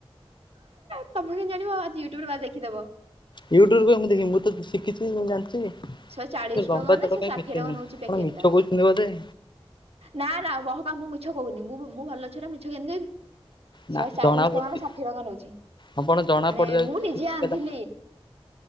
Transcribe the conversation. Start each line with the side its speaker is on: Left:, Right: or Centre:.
Right: ତମେ କେମିତି ଜାଣିବ? ଆଜି ୟୁଟୁବରେ ମାରି ଦେଖିଦବ।
Left: ୟୁଟ୍ୟୁବରୁ କାଇଁ ମୁଁ ଦେଖିବି। ମୁଁ ତ ଶିଖିଛି ମୁଁ ଜାଣିଛି।
Right: ଶହେ ଚାଳିଶ
Left: ସେ
Right: ଟଙ୍କା
Left: ଲମ୍ବା
Right: ନା
Left: ତଳ
Right: ଶହେ
Left: କାଇଁ
Right: ଷାଠିଏ
Left: କେତେନି
Right: ଟଙ୍କା ନଉଛି ପ୍ୟାକେଟ
Left: କଣ ମିଛ
Right: ଟା
Left: କହୁଛନ୍ତି ବୋଧେ।
Right: ନା ନା ବହକା ମୁଁ ମିଛ କହୁନି। ମୁଁ-ମୁଁ ଭଲ ଝିଅଟା ମିଛ କେମିତି କହିବି। ଶହେ
Left: ନା
Right: ଚାଳିଶି
Left: ଜଣା
Right: ଟଙ୍କା
Left: ପଡୁଛି
Right: ନା ଷାଠିଏ ଟଙ୍କା ନଉଛି।
Left: ଆପଣ ଜଣା
Right: ମାନେ
Left: ପଡିଯାଉଛି
Right: ମୁଁ ନିଜେ ଆଣିଥିଲି। <inaudible>